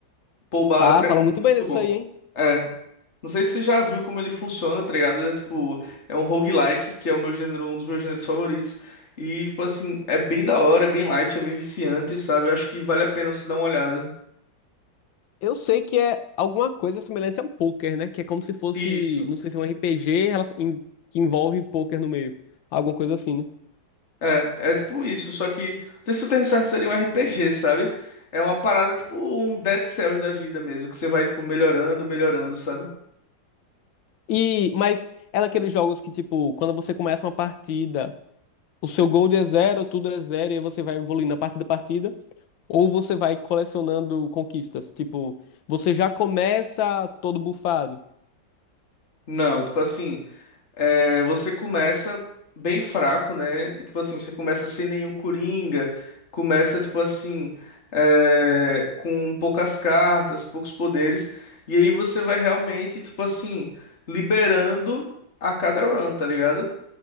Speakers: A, on the left; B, on the left.
A: Pô, o Balatro
B: Ah, falam
A: é
B: muito
A: muito
B: bem disso
A: bom.
B: aí, hein?
A: É. Não sei se você já viu como ele funciona, tá ligado? É tipo, é um roguelike, que é o meu gênero, um dos meus gêneros favoritos. E, tipo assim, é bem da hora, é bem light, é bem viciante, sabe? Eu acho que vale a pena você dar uma olhada.
B: Eu sei que é alguma coisa semelhante a poker, né? Que é como se fosse,
A: Isso.
B: não sei se é um RPG rela- em- que envolve poker no meio. Alguma coisa assim, né?
A: É, é tipo isso, só que. Não sei se o termo certo seria um RPG, sabe? É uma parada tipo um Dead Cells da vida mesmo, que você vai, tipo, melhorando, melhorando, sabe?
B: E, mas é daqueles jogos que, tipo, quando você começa uma partida, o seu gold é zero, tudo é zero, e aí você vai evoluindo a partida da partida, ou você vai colecionando conquistas. Tipo, você já começa todo bufado.
A: Não, tipo assim. É, você começa bem fraco, né? E, tipo assim, você começa sem nenhum coringa, começa, tipo assim, é, com poucas cartas, poucos poderes, e aí você vai realmente, tipo assim, liberando a cada run, tá ligado?